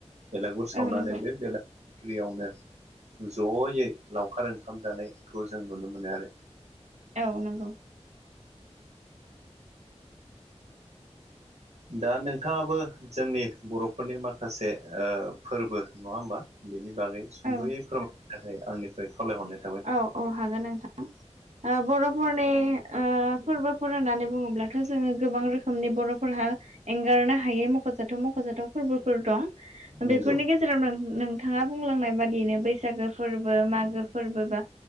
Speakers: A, on the right; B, on the right.
A: बेलागुर सावनानै
B: औ नंगौ
A: बे बेला फ्रियावनो जयै लावखार ओंखाम जानायखौ जों नुनो मोनो आरो।
B: औ नंगौ।
A: दा नोंथाङाबो जोंनि बर'फोरनि माखासे ओ फोरबो नङा होमबा बेनि बागै सुंद'यै
B: औ
A: फोरमायनो थाखाय आंनिफ्राय खावलाय हरनाय
B: औ औ हागोन नोंथां। ओ बर'फोरनि ओ फोरबोफोर होननानै बुङोब्लाथ' जोङो गोबां रोखोमनि बर'फोरहा एंगारनो हायै मख'जाथाव मख'जाथाव फोरबोफोर दं।
A: नंगौ
B: बेफोरनि गेजेराव नो-नोंथाङा बुंलांनाय बादियैनो बैसागो फोरबो मागो फोरबो बा